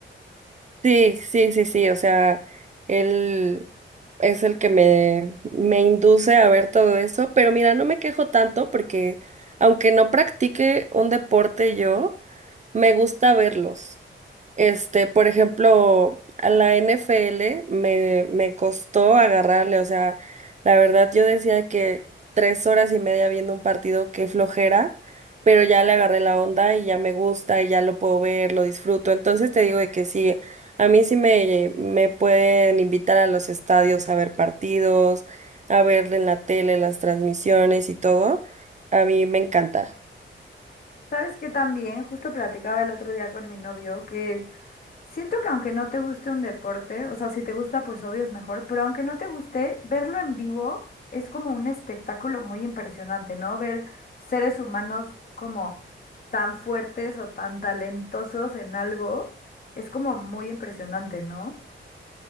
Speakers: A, on the right; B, on the left.
A: Sí, sí, sí, sí, o sea, él es el que me, me induce a ver todo eso, pero mira, no me quejo tanto porque aunque no practique un deporte yo, me gusta verlos. Este, por ejemplo, a la NFL me, me costó agarrarle, o sea, la verdad yo decía que tres horas y media viendo un partido, qué flojera, pero ya le agarré la onda y ya me gusta y ya lo puedo ver, lo disfruto. Entonces te digo de que sí, a mí sí me, me pueden invitar a los estadios a ver partidos, a ver en la tele las transmisiones y todo. A mí me encanta.
B: ¿Sabes qué también? Justo platicaba el otro día con mi novio que Siento que aunque no te guste un deporte, o sea, si te gusta, pues obvio es mejor, pero aunque no te guste, verlo en vivo es como un espectáculo muy impresionante, ¿no? Ver seres humanos como tan fuertes o tan talentosos en algo es como muy impresionante, ¿no?